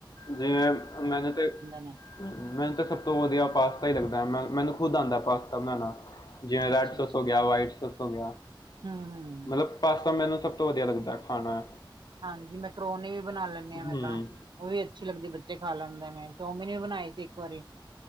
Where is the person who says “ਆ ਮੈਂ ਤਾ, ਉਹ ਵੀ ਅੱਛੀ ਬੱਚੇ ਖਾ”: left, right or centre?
Right